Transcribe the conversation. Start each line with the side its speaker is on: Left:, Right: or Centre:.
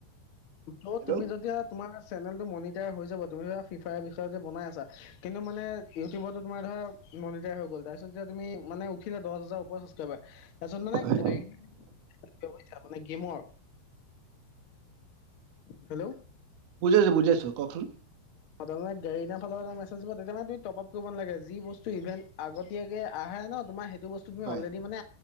Left: ত
Right: হেল্ল'
Left: তুমি যেতিয়া তোমাৰ চেনেলটো মনিটাৰ হৈ যাব তুমি ফি ফায়াৰ বিষয়ে যে বনাই আছা কিন্তু মানে ইউটিউবত তোমাৰ ধৰা মনিটাৰ হৈ গল তাৰ পিছত তুমি মানে উঠিলা দহ হাজাৰ ওপৰত ছাবচক্ৰাইবাৰ তাৰ পিছত মানে
Right: হয়।
Left: গাড়ী ব্যৱস্থা মানে গেমৰ হেল্ল
Right: বুজি আছো বুজি আছো কওকচোন
Left: তাৰমানে গাড়ী নিয়া ফালৰ এটা মেচেজ দিব তেতিয়া মানে টপ আপ কৰিব নালাগে যি বস্তু ইভেন আগতীয়াকে আহে ন তোমাৰ সেই যিটো বস্তু তুমি
Right: হয়।
Left: অলৰেডি মানে